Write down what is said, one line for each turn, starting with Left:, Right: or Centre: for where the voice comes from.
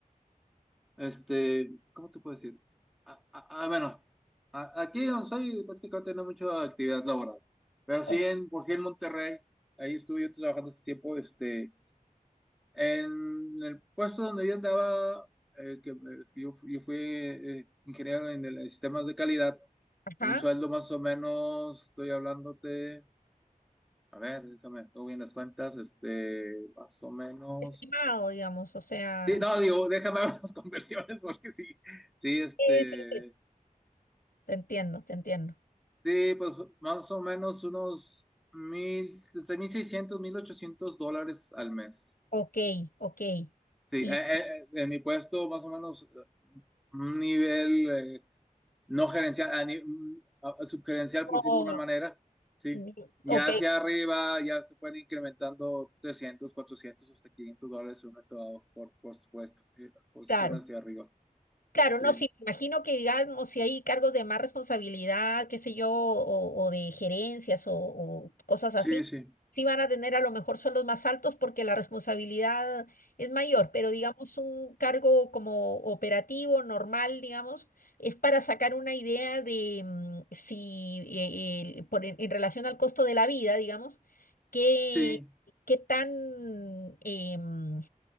Centre: Este, ¿cómo te puedo decir? Ah, ah, ah, bueno, a- aquí donde soy prácticamente no hay mucha actividad laboral, pero sí
Left: O-
Centre: en, por sí en Monterrey, ahí estuve yo trabajando hace tiempo, este, en el puesto donde yo andaba, eh, que, eh, yo, fu- yo fui eh, ingeniero en el- en sistemas de calidad,
Left: ajá,
Centre: un sueldo más o menos, estoy hablándote, a ver, déjame, hago bien las cuentas, este, más o menos,
Left: estimado, digamos, o sea.
Centre: sí, no, digo, déjame <laughs> ver las conversiones porque sí, sí, este...
Left: Sí, sí, sí. Te entiendo, te entiendo.
Centre: Sí, pues más o menos unos mil, entre 1.800 dólares al mes.
Left: Ok, ok.
Centre: Sí,
Left: Y,
Centre: eh, eh, eh, en mi puesto más o menos eh, un nivel eh, no gerencial, a ni- mm, a- subgerencial
Left: oh,
Centre: por decirlo de una manera, sí.
Left: mm,
Centre: Ya
Left: ok,
Centre: hacia arriba ya se pueden ir incrementando 300, 400, hasta 500 dólares en un momento dado por, por supuesto, eh, posiciones
Left: claro.
Centre: hacia arriba.
Left: Claro,
Centre: Sí,
Left: no, sí, me imagino que digamos, si hay cargos de más responsabilidad, qué sé yo, o, o de gerencias o, o cosas así,
Centre: sí, sí.
Left: sí van a tener a lo mejor sueldos más altos porque la responsabilidad es mayor, pero digamos un cargo como operativo, normal, digamos, es para sacar una idea de mm, si, eh, el- por, en, en relación al costo de la vida, digamos, qué,
Centre: Sí,
Left: qué tan em,